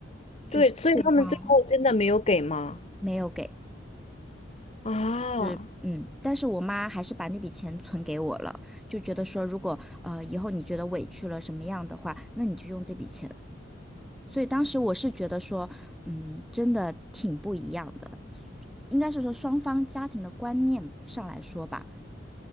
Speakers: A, in the centre; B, on the left.
A: 就是对方
B: 对，所以他们最后真的没有给吗？
A: 没有给。
B: 啊。
A: 是，嗯，但是我妈还是把那笔钱存给我了，就觉得说，如果呃以后你觉得委屈了什么样的话，那你就用这笔钱。所以当时我是觉得说，嗯，真的挺不一样的，应该是说双方家庭的观念上来说吧，